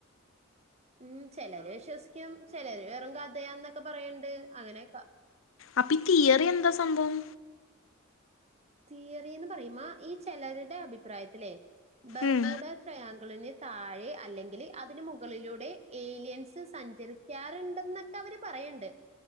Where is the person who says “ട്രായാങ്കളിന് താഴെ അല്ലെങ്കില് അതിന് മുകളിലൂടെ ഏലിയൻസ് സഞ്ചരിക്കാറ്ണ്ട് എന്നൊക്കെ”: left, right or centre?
Right